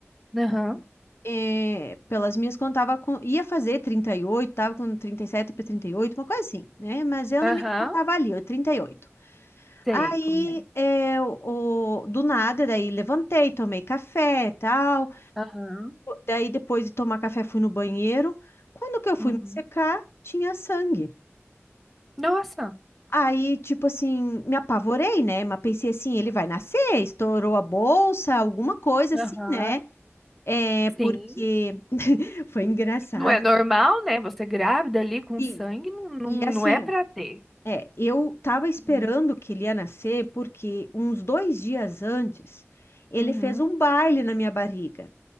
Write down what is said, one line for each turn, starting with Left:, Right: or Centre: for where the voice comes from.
Centre: Aham.
Left: É, pelas minhas contas, tava com, ia fazer 38, tava com 37 para 38, uma coisa assim, né? Mas eu
Centre: Aham.
Left: na minha conta tava ali, ó, 38.
Centre: Sei
Left: Aí,
Centre: como é.
Left: é, o, o- do nada, daí levantei, tomei café, tal.
Centre: Aham.
Left: Daí, depois de tomar café, fui no banheiro. Quando que eu fui
Centre: Uhum.
Left: me secar, tinha sangue.
Centre: Nossa.
Left: Aí, tipo assim, me apavorei, né? Mas pensei assim, ele vai nascer, estourou a bolsa, alguma coisa assim,
Centre: Aham.
Left: né? É,
Centre: Sim.
Left: porque <laughs> foi engraçado.
Centre: Não é normal, né? Você grávida ali com
Left: Sim.
Centre: sangue, não, não,
Left: E
Centre: não
Left: assim,
Centre: é pra
Left: ó,
Centre: ter.
Left: é, eu tava esperando
Centre: Uhum.
Left: que ele ia nascer porque uns dois dias antes ele
Centre: Uhum.
Left: fez um baile na minha barriga.